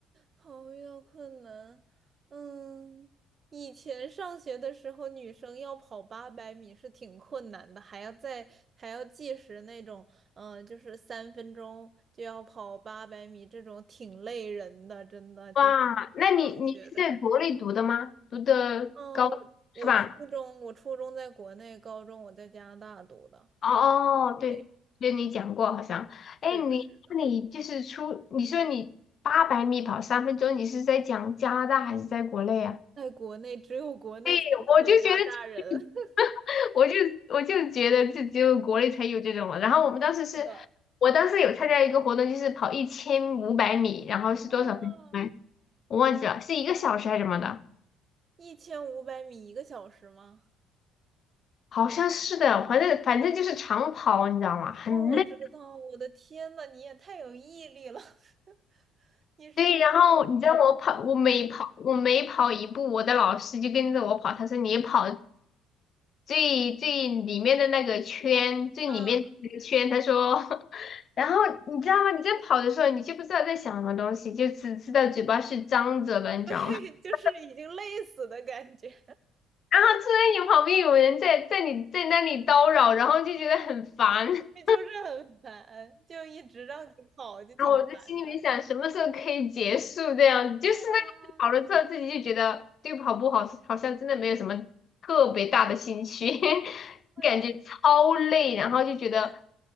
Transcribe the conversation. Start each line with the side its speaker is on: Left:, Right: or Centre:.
Right: 朋友遇到困难，嗯，以前上学的时候，女生要跑八百米是挺困难的，还要再还要计时那种，嗯、就是三分钟就要跑八百米，这种挺累人的，真的就是
Left: 哇，那你你是在国内读的吗？
Right: 上学的时候。
Left: 读的高是吧？
Right: 嗯，我我初中我初中在国内，高中我在加拿大读的。
Left: 哦，哦，对，
Right: 对，
Left: 对你讲过好像，
Right: 是的，
Left: 哎，你那你就是出，
Right: 是的，
Left: 你说你八百米跑三分钟，你是在讲加拿大还是在国内啊？
Right: 在国内只有国内才那么压榨人。
Left: <laughs> 我就觉得这
Right: <laughs>
Left: <laughs> 我就我就觉得这只有国内才有这种了。然后我们当时是，
Right: 是的。
Left: 我当时有参加一个活动，就是跑一千五百米，然后是多少分钟来
Right: 哇，
Left: 我忘记了，是一个小时还是什么的？
Right: 一千五百米一个小时吗？
Left: 好像是的，反正反正就是长跑，你知道吗？很累。
Right: 哦，我知道，我的天呐，你也太有毅力了！<laughs> 你是
Left: 对，然后你知道我跑，我每跑，我每跑一步，我的老师就跟着我跑。他说你跑最最里面的那个圈，最里面的那个圈。
Right: 啊，
Left: 他说，<laughs> 然后你知道吗？你在跑的时候，你就不知道在想什么东西，就只知道嘴巴是张着的，
Right: <laughs>
Left: 你知道吗？
Right: 对，
Left: <laughs>
Right: 就是已经累死的感觉，
Left: 然后突然有旁边有人在在你在那里叨扰，然后就觉得很烦。<laughs>
Right: <laughs> 就是很烦，就一直让你跑，就挺烦的。
Left: 然后我在心里面想，什么时候可以结束这样子？就是那个跑了之后，
Right: 是啊，
Left: 自己就觉得对跑步好，好像真的没有什么特别大的兴趣，<laughs>
Right: 啊你
Left: 感觉超累，然后就觉得，
Right: 对啊，